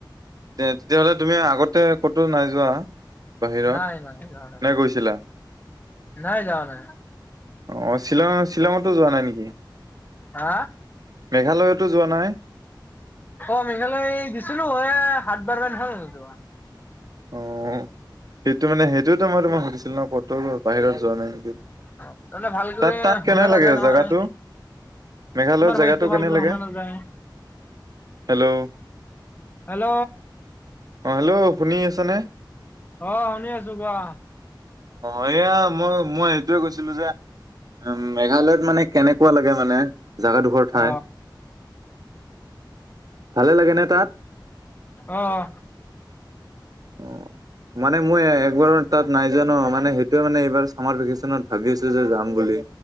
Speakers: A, on the right; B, on the left.
A: তে, তেতিয়াহ'লে তুমি আগতে ক'তো নাই যোৱা? বাহিৰত?
B: নাই নাই যোৱা নাই
A: নে গৈছিলা?
B: নাই যাৱা নাই।
A: অঁ শ্বিলং, শ্বিলঙতো যোৱা নাই নেকি?
B: হা
A: মেঘালয়তো যোৱা নাই?
B: অ মেঘালয় এই গৈছিলোঁ হয় সাত বাৰমান হ'ল যোৱা।
A: অ সেইটো মানে সেইটোতো মই তোমাক সুধিছিলো ন কট। বাহিৰত যোৱা নাই নেকি
B: অ' তাৰমানে ভাল কৰি
A: তাত তাত
B: শুনা
A: কেনে
B: নাযায়
A: লাগে
B: নহয়
A: জেগাটো। মেঘালয়ত
B: তোমাৰ
A: জেগাটো
B: ভইচটো
A: কেনে
B: ভাল কৰি
A: লাগে
B: শুনা নাযায়
A: হেল্ল'।
B: হেল্ল'।
A: অ হেল্ল' শুনি আছে নে?
B: অ শুনি আছো কোৱা।
A: অয়া মই মই সেইটোয়ে কৈছিলো যে। উ মেঘালয়ত মানে কেনেকুৱা লাগে মানে জেগাডোখৰ ঠাই।
B: অ
A: ভালে লাগেনে তাত?
B: অহ
A: অঁ মানে মই একবাৰো তাত নাই ন' মানে সেইটোৱে মানে এইবাৰ চামাৰ ভেকেচনত ভাবি আছো যে যাম বুলি।